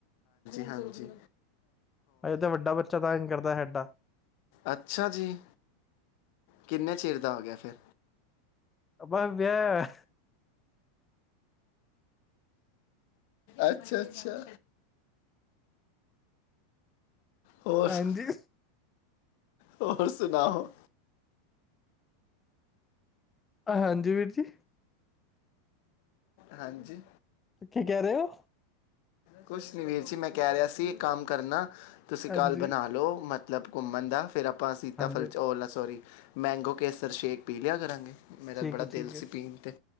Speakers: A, on the left (about 50°); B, on the left (about 20°).
A: ਹਾਂਜੀ-ਹਾਂਜੀ।
B: ਅੱਜੇ ਤਾਂ ਵੱਡਾ ਬੱਚਾ ਤੰਗ ਕਰਦਾ ਸਾਡਾ।
A: ਅੱਛਾ ਜੀ। ਕਿੰਨੇ ਚਿਰ ਦਾ ਹੋ ਗਿਆ ਫੇਰ
B: ਬਸ ਵਿਆਹਿਆ ਹੋ
A: ਅੱਛਾ-ਅੱਛਾ। ਹੋਰ
B: ਹਾਂਜੀ।
A: ਸੁ- ਹੋਰ ਸੁਣਾਓ।
B: ਹਾਂਜੀ ਵੀਰ ਜੀ
A: ਹਾਂਜੀੋ।
B: ਕੀ ਕਹਿ ਰਹੇ ਹੋ
A: ਕੁਛ ਨੀ ਵੀਰ ਜੀ ਮੈਂ ਕਹਿ ਰਿਹਾ ਸੀ, ਇੱਕ ਕੰਮ ਕਰਨਾ ਤੁਸੀਂ
B: ਹਾਂਜੀ
A: ਕੱਲ ਬਣਾ ਲਓ ਮ ਮਤਲਬ ਘੁੰਮਣ ਦਾ ਫਿਰ ਆਪਾਂ ਸੀਤਾਫਲ
B: ਹਾਂਜੀ
A: ਚ ਓਲਾ ਸੋਰੀ ਮੈਂਗੋ ਕੇਸਰ ਸ਼ੇਕ ਪੀ ਲਿਆ ਕਰਾਂਗੇ। ਮੇਰਾ
B: ਠੀਕ
A: ਬੜਾ
B: ਹੈ ਠੀਕ
A: ਦਿਲ
B: ਹੈ
A: ਸੀ ਪੀਣ ਤੇ